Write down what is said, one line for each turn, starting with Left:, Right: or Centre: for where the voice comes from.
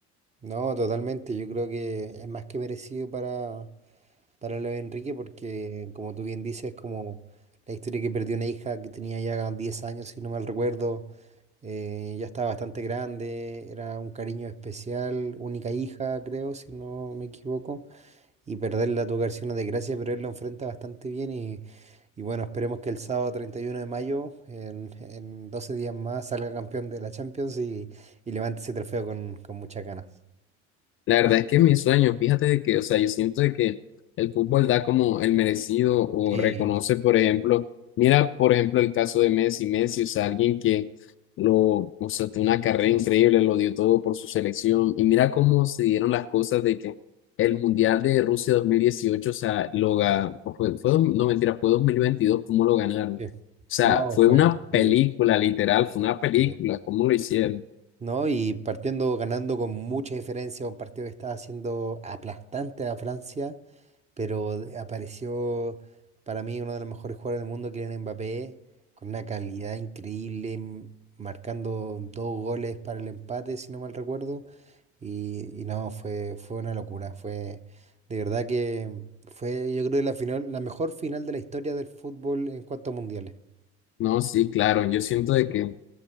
Right: No, totalmente. Yo creo que es más que merecido para, para Leo Enrique porque, como tú bien dices, como la historia que perdió una hija que tenía ya 10 años, si no mal recuerdo, eh, ya estaba bastante grande, era un cariño especial, única hija, creo, si no me equivoco, y perderla tuvo que haber sido una desgracia, pero él lo enfrenta bastante bien y, y bueno, esperemos que el sábado 31 de mayo, en, en 12 días más, salga campeón de la Champions y, y levante ese trofeo con, con muchas ganas.
Left: La verdad es que es mi sueño, fíjate de que, o sea, yo siento de que el fútbol da como el merecido o
Right: Sí.
Left: reconoce, por ejemplo, mira, por ejemplo, el caso de Messi, Messi, o sea, alguien que lo, o sea, tuvo una carrera increíble, lo dio todo por su selección, y mira cómo se dieron las cosas de que el Mundial de Rusia 2018 o sea, lo ga- o fue, fue, dos- no mentira, fue 2022 cómo lo ganaron.
Right: Sí.
Left: O sea,
Right: No,
Left: fue
Right: fue
Left: una
Right: increíble.
Left: película, literal, fue una película,
Right: sí.
Left: cómo lo hicieron.
Right: No, y partiendo ganando con mucha diferencia, un partido que estaba siendo aplastante a Francia, pero de- apareció para mí uno de los mejores jugadores del mundo, que era Mbappé, con una calidad increíble, m- marcando dos goles para el empate, si no mal recuerdo. Y, y no, fue, fue una locura. Fue de verdad que fue, yo creo, la final, la mejor final de la historia del fútbol en cuanto a mundiales.
Left: No, sí, claro, yo siento de que